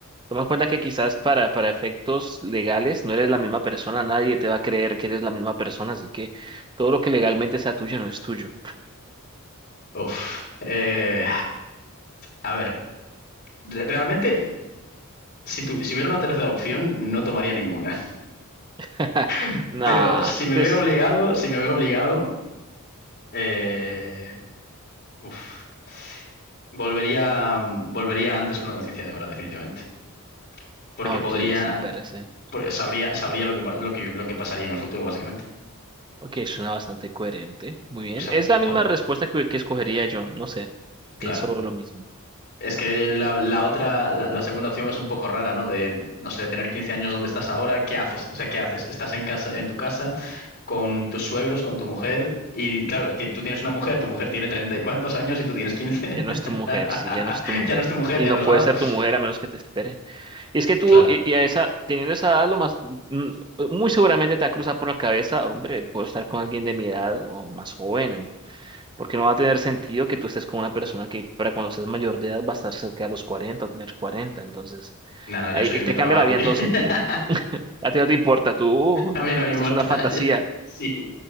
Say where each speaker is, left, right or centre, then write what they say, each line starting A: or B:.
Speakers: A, on the right; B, on the left.
A: Toma en cuenta que quizás para, para efectos legales no eres la misma persona, nadie te va a creer que eres la misma persona, así que todo lo que legalmente sea tuyo no es tuyo.
B: Uf. Eh, a ver, re- realmente, si, tu- si hubiera una tercera opción, no tomaría ninguna.
A: <laughs>
B: <laughs>
A: Nah,
B: Pero si me
A: sí
B: veo
A: es...
B: obligado, si me veo obligado, eh, uf, volvería, volvería antes con la conciencia de ahora, definitivamente. Porque
A: Ok,
B: podría,
A: sí, parece.
B: por- sabría, sabría lo que, pa- lo que, lo que pasaría en el futuro, básicamente.
A: Ok, suena bastante coherente. Muy bien.
B: O sea,
A: Es la misma
B: po-
A: respuesta que, que escogería yo, no sé.
B: claro.
A: Pienso lo mismo.
B: Es que la, la otra, la, la segunda opción es un poco rara, ¿no? De, no sé, tener 15 años donde estás ahora, ¿qué haces? O sea, ¿qué haces? Estás en casa, en tu casa, con tus suegros, con tu mujer, y claro, ti- tú tienes una mujer, tu mujer tiene treinta y cuantos años y tú tienes 15.
A: Ya
B: <laughs>
A: no es tu mujer, sí, ya no es tu mujer.
B: Ya no es tu mujer,
A: Y
B: ya
A: no
B: no es
A: puede
B: nada.
A: ser tu mujer a menos que te espere. Y es que tú,
B: Claro.
A: y, y a esa, teniendo esa edad, lo más, mm, muy seguramente te va a cruzar por la cabeza, hombre, puedo estar con alguien de mi edad o más joven, o- porque no va a tener sentido que tú estés con una persona que para cuando seas mayor de edad va a estar cerca de los 40 o tener 40 entonces
B: Nada,
A: ahí
B: yo soy
A: te
B: un depravado,
A: cambia la vida
B: yo-
A: en todo
B: <laughs>
A: sentido. A ti no te importa, tú, "Uh,
B: a mí no me importa.
A: esto es una fantasía.
B: <laughs> Sí,